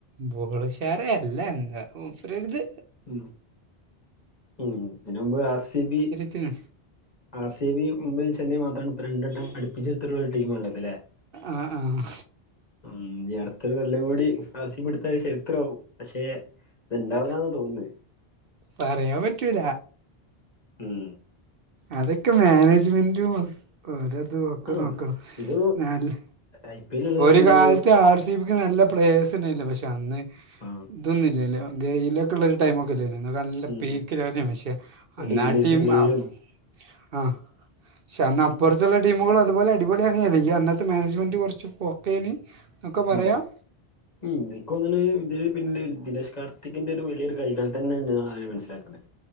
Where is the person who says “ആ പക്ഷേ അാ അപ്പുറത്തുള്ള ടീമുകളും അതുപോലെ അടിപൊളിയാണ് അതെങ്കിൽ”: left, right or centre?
Right